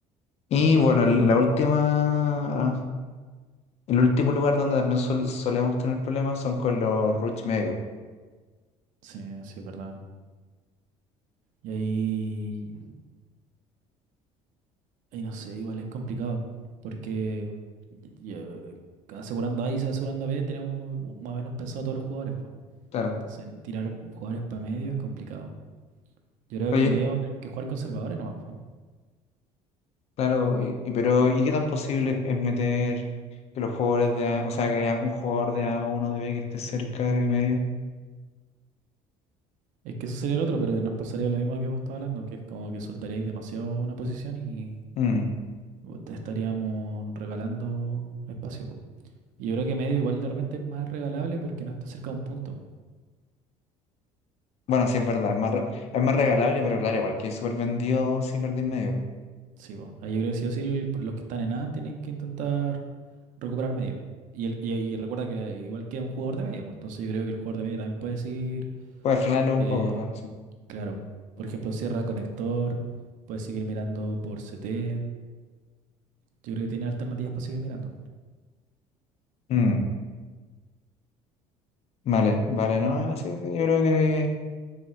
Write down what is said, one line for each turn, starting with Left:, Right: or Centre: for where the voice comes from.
Left: Y bueno, el- la última, el último lugar donde también sol- solemos tener problemas son con los rush medios.
Right: Sí, sí, es verdad. Y ahí Y no sé, igual es complicado, porque y- y, eh, asegurando A y asegurando B tenemos más o menos pensado todos los jugadores, pues.
Left: Claro.
Right: Entonces tirar jugadores para medio es complicado. Yo creo
Left: Pero,
Right: que en
Left: yo-
Right: medio hay que jugar conservadores nomás, po.
Left: claro, y, y- pero ¿y qué tan posible es meter que los jugadores de A, o sea, que haya un jugador de A o uno de B que esté cerca de medio?
Right: Es que eso sería el otro, pero nos pasaría lo mismo que vos estabas hablando, que es como que soltaríais demasiado una posición y
Left: Mm.
Right: uh, te estaríamos regalando espacio, po. Y yo creo que medio igual de repente es más regalable porque no está cerca de un punto.
Left: Bueno, sí es verdad, es más, re- es más regalable, pero claro, igual que súper vendido si perdí medio.
Right: Sí, po. Ahí yo creo que sí o sí el- los que están en A tienen que intentar recuperar medio. Y, el, y, y recuerda que igual queda un jugador de medio, pues, entonces yo creo que el jugador de medio también puede decir,
Left: Puedes frenarlo un
Right: eh,
Left: poco con eso.
Right: claro, por ejemplo, cierra conector, puede seguir mirando por CT. Yo creo que tiene alternativas para seguir mirando.
Left: Mm, vale, vale, no, sí, sí, yo creo que,